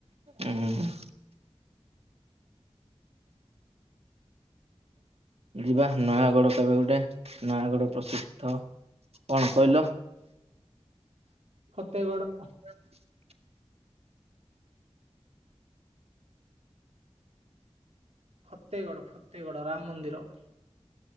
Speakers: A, on the right (about 70°); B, on the right (about 80°).
A: ଉ ହୁଁ। ଯିବା ନୟାଗଡ କେବେ ଗୋଟେ ନୟାଗଡ ପ୍ରସିଦ୍ଧ କଣ କହିଲ?
B: ଫତେଗଡ଼।
A: ହ <inaudible>
B: ଫତେଗଡ ଫତେଗଡ଼ ରାମ ମନ୍ଦିର।